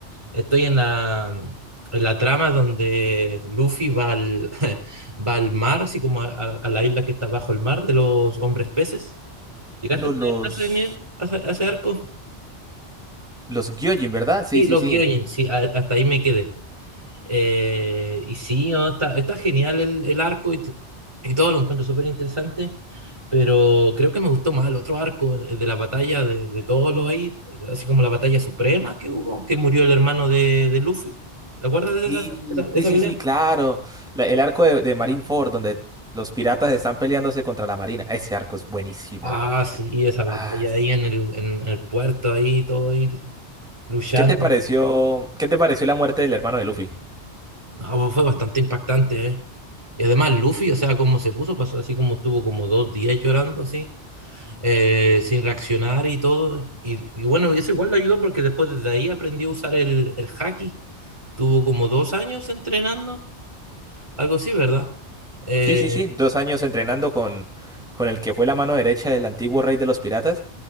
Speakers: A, on the right; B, in the centre.
A: Estoy en la, en la trama donde Luffy va al, <laughs> va al mar, así como a, a- a la isla que está bajo el mar de los hombres peces. ¿Llegaste
B: Ah, Los,
A: a ese,
B: los,
A: a ese nivel- a ese- a ese arco?
B: los Gyojin, ¿verdad? Sí,
A: Sí,
B: sí,
A: los
B: sí.
A: Gyojin, sí, a- hasta ahí me quedé. Eh, y sí, no, está, está genial el, el arco y, to- y todo lo encuentro súper interesante, pero creo que me gustó más el otro arco, el de la batalla de, de todos los ahí, así como la batalla suprema que hubo, que murió el hermano de, de Luffy. ¿Te acuerdas de
B: Sí,
A: esa, esa, esa
B: sí, sí,
A: pelea?
B: sí, claro. La- el arco de, de Marineford, donde los piratas están peleándose contra la marina. Ese arco es buenísimo.
A: Ah, sí, esa batalla
B: Ah,
A: ahí en el, en el puerto, ahí todo ahí luchando.
B: ¿qué te pareció? ¿Qué te pareció la muerte del hermano de Luffy?
A: No, fue bastante impactante, ¿eh? Y además Luffy, o sea, como se puso, pasó así como estuvo como dos días llorando así. eh, sin reaccionar y todo. Y, y bueno, eso igual le ayudó porque después desde ahí aprendió a usar el, el haki. Tuvo como dos años entrenando, algo así, ¿verdad? Eh,
B: Sí, sí, sí. Dos años entrenando con, con el que fue la mano derecha del antiguo rey de los piratas.